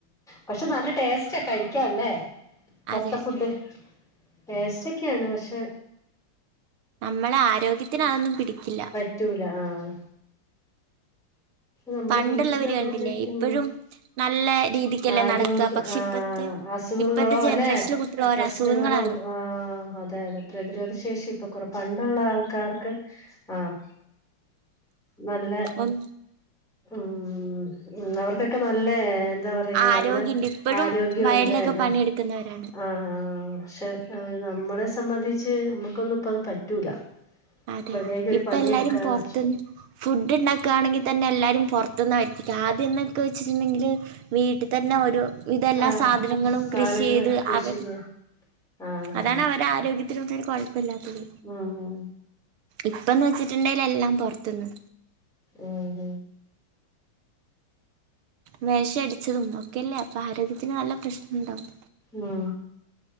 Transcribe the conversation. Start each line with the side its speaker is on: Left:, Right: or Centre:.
Centre: പക്ഷെ നല്ല ടേസ്റ്റാ കഴിക്കല്ലേ പുറത്തെ
Right: അതെ
Centre: ഫുഡ് പേസ്റ്റ് ഒക്കെയാണ് പക്ഷെ
Right: നമ്മളെ ആരോഗ്യത്തിന് അതൊന്നും പിടിക്കില്ല
Centre: റ്റൂല ആഹ് റ്റൂ നമ്മളെ
Right: പണ്ടുള്ളവര്
Centre: വീട്ടില ഇണ്ടായി
Right: കണ്ടില്ലേ
Centre: കഴിക്കും
Right: ഇപ്പോഴും നല്ല രീതിക്കല്ലേ
Centre: ആരോഗ്യ
Right: നടക്കുക പക്ഷെ
Centre: ആഹ്
Right: ഇപ്പത്തെ
Centre: അസുഖങ്ങളോ
Right: ഇപ്പത്തെ ജനറേഷനിൽ
Centre: അല്ലെ
Right: കുട്ടികൾ ഓരോ
Centre: പ്രശ്നങ്ങളും
Right: അസുഖങ്ങളാണ്
Centre: ആഹ് അതെ അതെ പ്രതിരോധ ശേഷി ഇപ്പൊ കുറ പണ്ടുള്ള ആൾക്കാർക്ക് ആഹ് നല്ല
Right: അഹ്
Centre: ഉം ഉംഅവർക്കൊക്കെ നല്ല എന്താ പറയാ
Right: ആരോഗ്യണ്ട്
Centre: നല്ല
Right: ഇപ്പോഴും
Centre: ആരോഗ്യംണ്ട്
Right: വയലിലൊക്കെ
Centre: എന്നാ
Right: പണിയെടുക്കുന്നവരാണ്
Centre: ആഹ് ആഹ് പക്ഷെ നമ്മളെ സംബന്ധിച്ച് നമ്മുക്കൊന്നും ഇപ്പ അത് പറ്റൂല
Right: അതെ
Centre: മര്യാദക്ക് ഒരു
Right: ഇപ്പ
Centre: പണിയെടുക്കാന്
Right: എല്ലാരും പുറത്തന്ന് ഫുഡ് ഉണ്ടാക്കുകയാണെങ്കിൽ തന്നെ എല്ലാവാരും പുറത്തുന്ന് വരുത്തി ക്കുക ആദ്യം എന്നൊക്കെ വെച്ചിട്ടുണ്ടെങ്കിൽ വീട്ടിൽ തന്നെ ഒരു ഇതെല്ലാ
Centre: ആ
Right: സാധനങ്ങളും
Centre: സാധനങ്ങള്
Right: കൃഷി ചെയ്ത്
Centre: കൃഷി
Right: അവർ
Centre: ചെയ്യാ ആ
Right: അതാണ്
Centre: ആ
Right: അവര് ആരോഗ്യത്തിനന്നരു കുഴപ്പമില്ലാത്തത്
Centre: ഉം
Right: ഇപ്പംന്ന് വെച്ചിട്ടുണ്ടെങ്കൽ എല്ലാം പുറത്തുനിന്ന്
Centre: ഉം
Right: വേഷടിച്ചതും ഒക്കല്ലേ അപ്പാ രോഗ്യത്തിന് നല്ല പ്രശ്നണ്ടാവും
Centre: ഉം